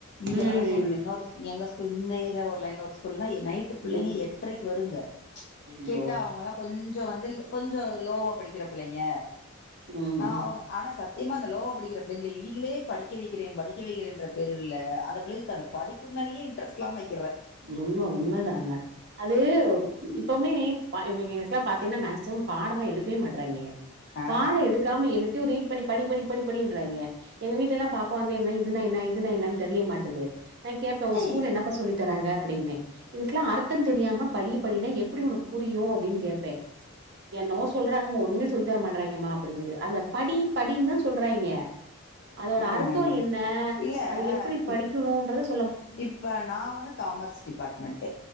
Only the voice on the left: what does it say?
இங்கா
அதா சொல்றே இன்னொ எங்க ஸ்கூல் இந்த ஏரியா ஒரு லைன்ல ஒரு ஸ்கூல நா நைட்டு பிள்ளைங்க
எட்டரைக்கு வருங்க
கேட்டா அவங்களா கொஞ்ஜோ வந்து து லோவா படிக்கிற பிள்ளைங்க
அவங்க ஆனா சத்தியமா அந்த லோவா படிக்கிற பிள்ளைங்கள இவிங்களே படிக்க வைக்கிறே படிக்க வைக்கிறேன்ற பேர்வழ்ல அந்த பிள்ளைகளுக்கு அந்த படிப்பு மேலயே இன்ட்ரஸ்ட் இல்லாம ஆக்
ஆஹ
ஏய்
ம்
இல்ல
இப்
இப்ப நா ஒண்ணு காமர்ஸ் டிபார்ட்மென்ட்டு